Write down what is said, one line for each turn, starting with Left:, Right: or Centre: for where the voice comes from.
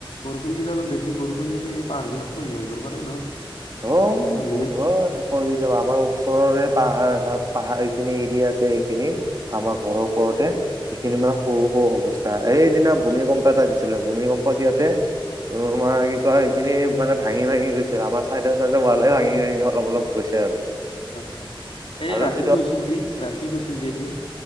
Left: বৰষুণ দিলে অলপ বেছি বৰষুণ দিলে পাহাৰ বিলাক খহি আহিব পাৰে ন?
Right: অ ভত
Left: খহনীয়ে।
Right: <unintelligible> হয় কৰি যাব আমাৰ ওচৰৰে পাহাৰ এ পাহাৰ এইখিনি এৰিয়া আছে সেইখিনি আমাৰ
Left: হয়
Right: ঘৰৰ ওপৰতে সেইখিনি মানে সৰু অৱস্থা। সেইদিনা ভূমিকম্প এটা দিছিলে। ভূমিকম্প দিওঁতে, তমে
Left: হয়
Right: ক <unintelligible> খিনি মানে ভাঙি ভাঙি গৈছিল। আমাৰ চাইদে-চাইদে ভালে ভাঙি ভাঙি অলপ অলপ গৈছে আৰু।
Left: হয় হয় এই
Right: আৰু
Left: ৰাতি
Right: যিটো
Left: গৈছিল যি ৰাতি গৈছিল যে উম